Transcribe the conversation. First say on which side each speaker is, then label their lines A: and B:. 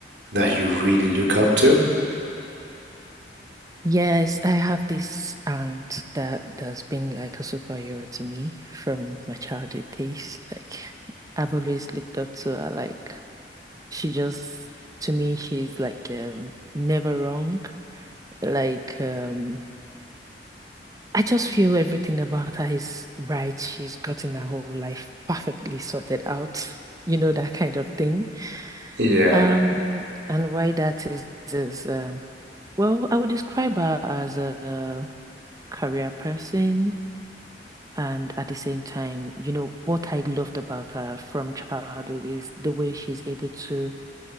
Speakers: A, on the right; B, on the right.
A: that you really look up to?
B: Yes, I have this aunt that has been like a superhero to me from my childhood days. Like I've always looked up to her. Like she just to me, she's like um never wrong. Like um I just feel everything about her is right. She's gotten her whole life perfectly sorted out. You know, that kind of thing.
A: Yeah.
B: Um, and why that is is um, well, I would describe her as a career person, and at the same time, you know, what I loved about her from childhood is the way she's able to